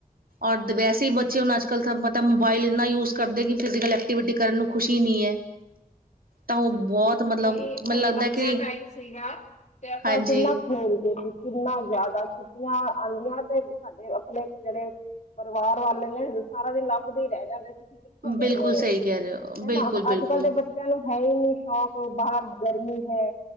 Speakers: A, on the right; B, on the left.
A: ਔਰ ਵੈਸੇ ਹੀ ਬੱਚੇ ਹੁਣ ਅੱਜ ਕੱਲ ਤੁਹਾਨੂੰ ਪਤਾ ਮੋਬਾਇਲ ਇੰਨਾ ਯੂਜ ਕਰਦੇ ਕੀ ਫਿਜੀਕਲ ਐਕਟੀ ਐਕਟੀਵਿਟੀ ਕਰਨ
B: ਬਿਲਕੁਲ।
A: ਨੂੰ ਖੁਸ਼ੀ ਨਹੀਂ ਹੈ। ਤਾਂ ਉਹ ਬਹੁਤ ਮਤਲਬ
B: ਉਹੀ
A: ਮੈਨੂੰ
B: ਹੁਣ
A: ਲੱਗਦਾ
B: ਆਪਣਾ
A: ਕਿ
B: ਟਾਈਮ ਸੀਗਾ ਤੇ ਆਪਾਂ
A: ਹਾਂਜੀ
B: ਕਿੰਨਾ। ਖੇਲਦੇ ਸੀ, ਕਿੰਨਾ ਜ਼ਿਆਦਾ ਛੁੱਟੀਆਂ ਆਉਂਦੀਆਂ ਤੇ ਸਾਡੇ ਆਪਣੇ ਜਿਹੜੇ। ਪਰਿਵਾਰ ਵਾਲੇ, ਨੇ ਸਾਰਾ ਦਿਨ ਲੱਭਦੇ ਹੀ ਰਹਿ ਜਾਂਦੇ ਸੀ। ਕਿੱਥੇ ਗਏ
A: ਬਿਲਕੁਲ
B: ਨੇੇ,
A: ਸਹੀ ਕਹਿ ਰਹੇ ਹੋ ਬਿਲਕੁਲ
B: ਹਨਾ
A: ਬਿਲਕੁਲ
B: ਅੱਜ ਕੱਲ੍ਹ ਦੇ ਬੱਚਿਆਂ ਨੂੰ। ਤੇ ਸ਼ੌਕ ਬਾਹਰ ਗਰਮੀ ਹੈ,